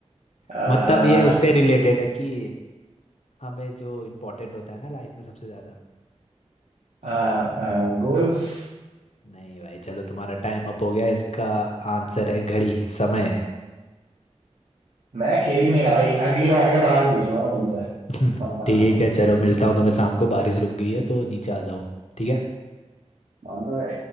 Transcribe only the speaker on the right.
आ,
आ, आ, गोल्स
मैं खेल ही नहीं रहा भाई अगली बार का सवाल पूछूंगा मैं तुमसे
तब बताता
हूँ
On the way